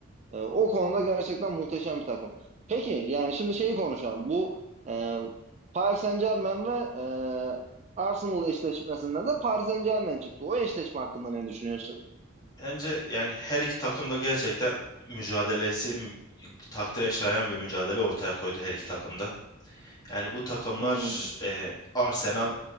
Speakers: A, on the right; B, on the left.
A: E, o konuda gerçekten muhteşem bir takım. Peki yani şimdi şeyi konuşalım. Bu e, Paris Saint-Germain ve e, Arsenal eşleşmesinden de Paris Saint-Germain çıktı. O eşleşme hakkında ne düşünüyorsun?
B: Bence yani her iki takım da gerçekten mücadelesi mü- takdire şayan bir mücadele ortaya koydu her iki takımda. Yani bu takımlar
A: Hı hı,
B: e, Arsenal